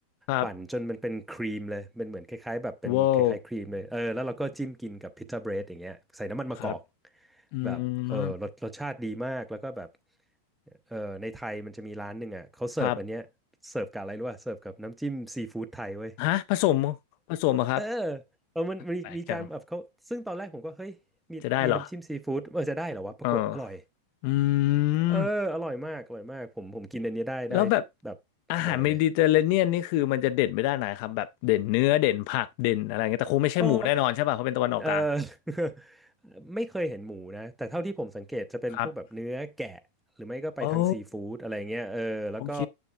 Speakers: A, on the left (about 50°); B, in the centre.
A: ครับ
B: ปั่นจนมันเป็นครีมเลยเป็นเหมือนคล้ายๆแบบเป็นคล้ายๆครีมเลยเออแล้วเราก็จิ้มกินกับพิ
A: ว้าว
B: t ซ a เบรดอย่างเงี้ยใส่น้ำมันมะกอก
A: ครับ อื
B: แบบเออรสรสชาติดีมากแล้วก็แบบ
A: ม
B: เออในไทยมันจะมีร้านหนึ่งอ่ะเขาเสิร์ฟอันเนี้ยเสิร์ฟกับอะไรรู้ป่ะเสิร์ฟกับน้ำจิ้มซีฟู้ดไทยเว้ย
A: ครับฮะผสมผสมเหรอะครับ
B: เออเออมันมีมีการแบบเขาซึ่งตอนแรกผมก็เฮ้ยมีมีน้ำจิ้มซีฟู้ดเออจะได้เหรอวะปรากฏอร่อย
A: แปลกจังจะได้เหรอเอออื
B: เอออร่อยมากอร่อยมากผมผมกินอันนี้ได้ได้แบบ
A: มแล้วแบบอาหารเมดิเตอร์เรเนียนนี่คือมันจะเด่นไปด้านไหนครับแบบเด่นเนื้อเด่นผักเด่นอะไรเงี้ยแต่คงไม่ใช่หมูแน่นอนใช่ป่ะเพราะเป็นตะวันออกกลาง
B: บ่อยเลยก็เออ <laughs> ไม่เคยเห็นหมูนะแต่เท่าที่ผมสังเกตจะเป็นพวกแบบเนื้อแกะหรือไม่ก็ไปทางซีฟู้ดอะไรเงี้ยเออแล้วก็
A: ครับโอ้โอเค